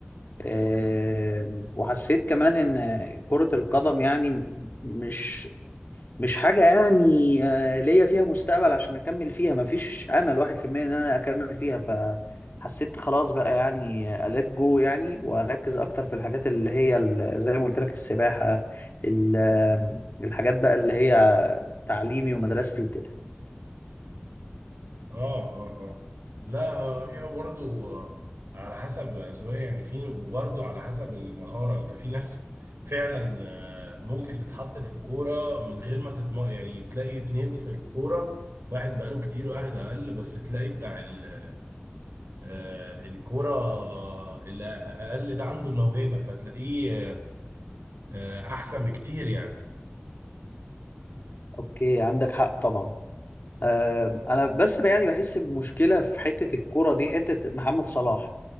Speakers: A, on the left; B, on the right.
A: آه، وحسيت كمان ان كره القدم يعني مش مش حاجة يعني آه، ليا فيها مستقبل عشان أكمل فيها مفيش أمل واحد في المية إن أنا أكمل فيها فحسيت خلاص بقى يعني أليت جو يعني وأركز أكتر في الحاجات اللي هي ال- زي ما قلت لك السباحة ال- آم، الحاجات بقى اللي هي تعليمي ومدرستي وكده
B: اه اه اه لا آه، هي برضو آه، على حسب أذواق يعني في وبرضو على حسب المهارة انت في ناس فعلا آه، ممكن تتحط في الكورة من غير ما تتم يعني تلاقي اتنين في الكورة واحد بقاله كتير وواحد أقل بس تلاقي بتاع ال- آه، الكورة اللي أقل ده عنده الموهبة فتلاقيه آه، احسن بكتير يعني
A: أوكي عندك حق طبعا آم، أنا بس بقى يعني بحس بمشكلة في حتة الكرة دي حتة محمد صلاح